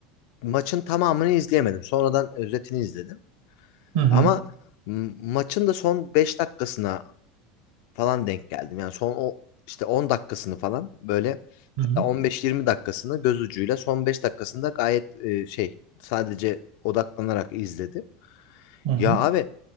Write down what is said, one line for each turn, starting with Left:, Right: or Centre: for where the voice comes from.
Left: maçın tamamını izleyemedim. Sonradan özetini izledim.
Right: Hı hı.
Left: Ama m- maçın da son 5 dakikasına falan denk geldim. Yani son o işte 10 dakikasını falan böyle
Right: Hı
Left: hatta
Right: hı.
Left: on beş yirmi dakikasını göz ucuyla son 5 dakikasında gayet e, şey sadece odaklanarak izledim.
Right: Hı hı.
Left: Ya abi